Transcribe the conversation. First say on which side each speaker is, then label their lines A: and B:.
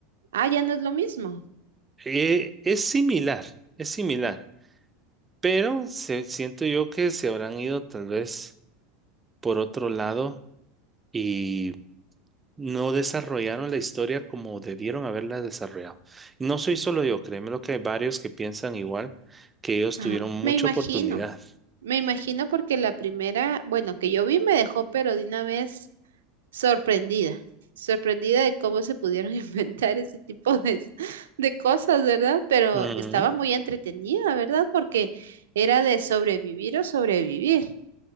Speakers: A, on the right (about 85°); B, on the right (about 15°).
A: Ah, ya no es lo mismo.
B: Eh, es similar, es similar, pero se- siento yo que se habrán ido tal vez por otro lado y No desarrollaron la historia como debieron haberla desarrollado. Y no soy solo yo, créeme lo que hay varios que piensan igual, que ellos
A: Ah,
B: tuvieron mucha
A: me imagino,
B: oportunidad.
A: me imagino porque la primera, bueno, que yo vi me dejó, pero de una vez sorprendida, sorprendida de cómo se pudieron <laughs> inventar ese tipo de, de cosas, ¿verdad? Pero
B: Ujú.
A: estaba muy entretenida, ¿verdad? Porque era de sobrevivir o sobrevivir.